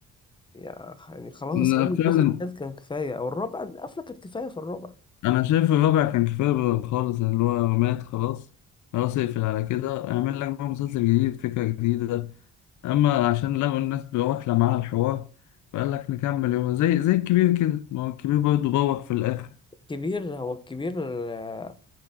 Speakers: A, on the left; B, on the left.
A: يا أخ- يعني خلاص
B: لا،
A: هو الجزء
B: فعلا
A: التالت كان كفاية أو الرابع القفلة كانت كفاية في الرابع
B: انا شايف الرابع كان كفايه بقى خالص يعني اللي هو مات خلاص خلاص اقفل على كده اعمل لك بقى مسلسل جديد فكره جديده اما عشان لقوا الناس بقى واكله معاها الحوار فقال لك نكمل يوم زي زي الكبير كده ما هو الكبير برضه بوق في الاخر
A: كبير هو الكبير آه،